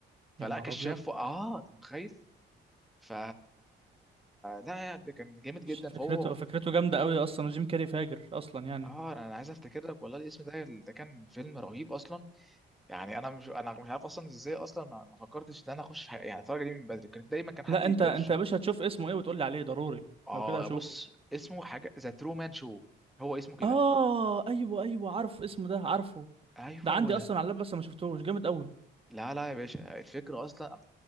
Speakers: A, in the centre; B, on the right.
A: فلا
B: يا نهار
A: كشاف
B: ابيض
A: وقع. اه انت متخيل ف لا يعني ده كان جامد جدا
B: فكرته
A: فهو
B: فكرته جامده قوي اصلا جيم كاري فاجر اصلا يعني
A: اه انا أنا عايز افتكر لك والله الاسم ده ده كان فيلم رهيب اصلا يعني انا مش انا مش عارف اصلا ازاي اصلا ما ما فكرتش ان انا اخش حاجة يعني الفرجه دي من بدري كانت دايما كان حد
B: لا
A: بيرشحها
B: انت انت يا باشا هتشوف اسمه ايه وتقول لي عليه ضروري
A: اه
B: لو كده هشوفه
A: بص اسمه حاجه ذا ترومان شو هو اسمه كده
B: اه ايوه ايوه عارف اسمه ده عارفه
A: ايوه
B: ده عندي
A: هو ده
B: اصلا على اللاب بس ما شفتهوش جامد قوي
A: لا لا يا باشا الفكرة أصلا